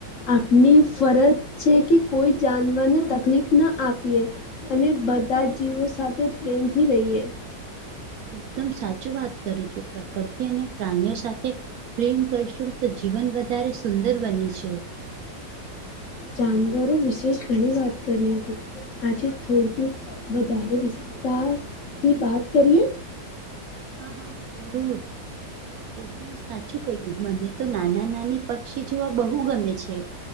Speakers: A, on the left (about 60°); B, on the right (about 70°).
A: આપની ફરજ છે કે કોઈ જાનવરને તકલીફ ના આપીએ, અને બધા જ જીવો સાથે પ્રેમથી રહીએ,
B: એકદમ સાચું વાત કરું છું, પ્રકૃતિ અને પ્રાણીઓ સાથે પ્રેમ કરશું તો જીવન વધારે સુંદર બને છે.
A: જાનવરો વિશેષ ઘણી વાત કરી હતી, આજે થોડુક વધારે વિસ્તારથી વાત કરીએ?
B: હા હા, જરૂર એકદમ સાચું કઈું મને તો નાના નાની પક્ષી જોવા બહુ ગમે છે.